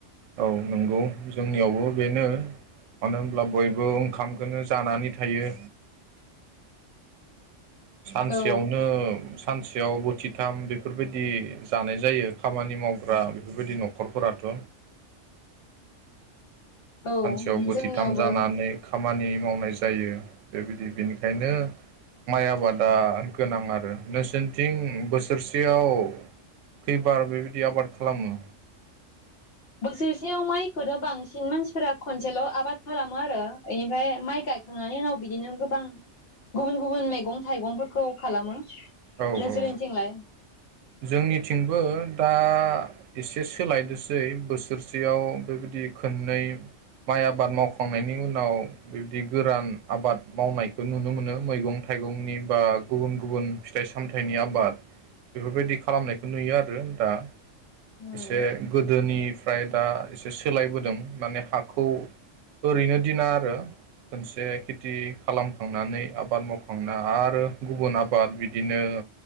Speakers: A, on the right (about 80°); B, on the left (about 55°).
A: औ नंगौ जोंनियावबो बेनो मानो होनब्ला बयबो ओंखामखोनो जानानै थायो। सानसेयावनो
B: औ
A: सानसेयाव बोथिथाम बेफोरबायदि जानाय जायो खामानि मावग्रा बेफोरबायदि नखरफोराथ'।
B: औ
A: सानसेयाव बोथिथाम
B: जोंनियावबो
A: जानानै खाम खामानि मावनाय जायो बेबायदि बेनिखायनो माइ आबादा गोनां आरो नोंसोरनिथिं बोसोरसेयाव खैबार बेबायदि आबाद खालामो?
B: बोसोरसेयाव माइखौथ' बांसिन मानसिफोरा खनसेल आबाद खालामो आरो इनिफ्राय माइ गायखांनायनि उनाव बिदिनो गोबां गुबुन गुबुन मैगं थाइगंफोरखौ खालामो। नोंसोरनिथिंलाय?
A: औ औ जोंनिथिंबो दा एसे सोलायदोसै बोसोरसेयाव बेबायदि खोननै माइ आबाद मावखांनायनि उनाव बिब्दि गोरान आबाद मावनायखौ नुनो मोनो मैगं थाइगंनि बा गुबुन गुबुन फिथाइ सामथाइनि आबाद बेफोरबायदि खालामनायखौ नुयो आरो दा।
B: उम
A: एसे गोदोनि ओमफ्राय दा एसे सोलायबोदों माने हाखौ ओरैनो दिना आरो खोनसे खेथि खालामखांनानै आबाद मावखांना आरो गुबुन आबाद बिदिनो